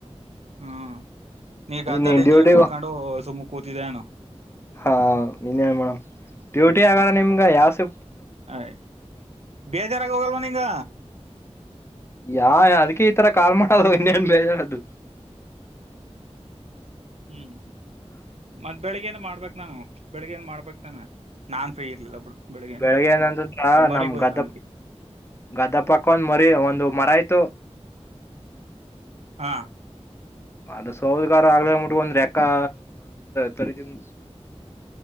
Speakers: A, on the right (about 65°); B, on the left (about 20°).
A: ಹ್ಮ್ ನಿನ್ ಗದ್ದೆಯಲ್ಲಿ
B: ಇನ್ನೇನ್ ಡ್ಯೂಟಿಗ
A: ನೀರ್ ಕುಡ್ಕೊಂಡು ಸುಮ್ಮ ಕೂತಿದ್ದನು
B: ಹಾ ನೀನೇನ್ ಮೇಡಮ್ ಡ್ಯೂಟಿ ಆಗಾರ ನಿಮ್ಗ ಯಾವ ಸಿ
A: ಹಯ್ ಬೇಜಾರಾಗ ಹೋಗಲ್ವಾ ನಿಂಗ
B: ಯಾ ಅದಕ್ಕೆ ಈ ತರ ಕಾಲ್ ಮಾಡದು ಇನ್ನೇನ್ ಬೇಜಾರ್ದು
A: ಹ್ಮ್ ಮತ್ತ ಬೆಳಿಗ್ಗೆನ್ ಮಾಡ್ಬೇಕ್ ನಾನು ಬೆಳಿಗ್ಗೆನ್ ಮಾಡ್ಬೇಕ್ ತಾನೆ ನಾನ್ ಫ್ರೀ ಇರ್ಲಿಲ್ಲ ಬಿಡು ಬೆಳಿಗ್ಗೆಯಿಂದ
B: ಬೆಳಿಗ್ಗೆ ಏನಂತಂದ್ರ
A: ಅಲ್ಮರಿಗ್
B: ನಮ
A: ಹೋಯ್ತಂಬಿದ್ದಿ
B: ಗದ್ದೆ ಗದೆ ಪಕ್ಕ ಒಂದ್ ಮರಿ ಒಂದು ಮರ ಇತ್ತು
A: ಹಾ
B: ಅದು ಸೋದ್ಗಾರ ಆಗ್ಲಿ ಅಂಬುಟ ಬೂಟ್ಟ ಒಂದ್ರ ಎಕ್ಕಾ ತರಿತ್ತಿನ